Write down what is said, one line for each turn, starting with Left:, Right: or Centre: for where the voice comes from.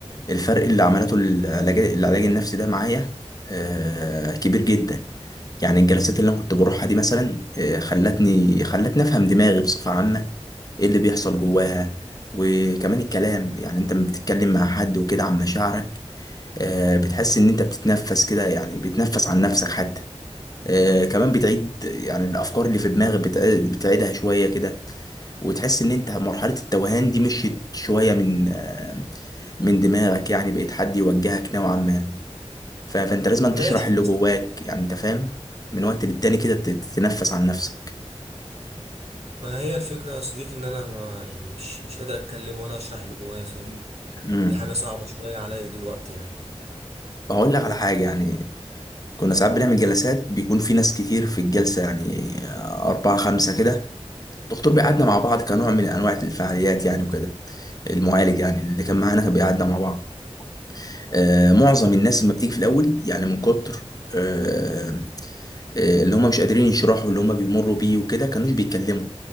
Left: الفرق اللي عملته العلاج العلاج النفسي ده معايا آه، كبير جدا يعني الجلسات اللي انا كنت بروحها دي مثلا آه، خلتني خلتني افهم دماغي بصفه عامه ايه اللي بيحصل جواها وكمان الكلام يعني انت لما بتتكلم مع حد وكده عن مشاعرك آه، بتحس ان انت بتتنفس كده يعني بتنفس عن نفسك حتى آه، كمان بتعيد يعني الافكار اللي في دماغك بتعيد- بتعيدها شويه كده وتحس ان انت مرحلة التوهان دي مشيت شوية من آه، من دماغك يعني بقيت حد يوجهك نوعا ما ف- فانت لازم
Right: ماشي
Left: تشرح اللي
Right: بس
Left: جواك يعني انت فاهم من وقت للتاني كده تت- تتنفس عن نفسك
Right: ما هي الفكره يا صديقي ان انا ما يعني مش مش قادر اتكلم ولا اشرح اللي جوايا فاهمني
Left: امم
Right: دي حاجه صعبه شويه عليا دلوقتي يعني
Left: اقول لك على حاجة يعني كنا ساعات بنعمل جلسات بيكون في ناس كتير في الجلسة يعني آه، أربعة خمسة كده الدكتور بيقعدنا مع بعض كنوع من أنواع الفعاليات يعني وكده المعالج يعني اللي كان معانا بيقعدنا مع بعض آه، معظم الناس لما بتيجي في الاول يعني من كتر آه، آه، اللي هم مش قادرين يشرحوا اللي هم بيمروا بيه وكده كانوش بيتكلموا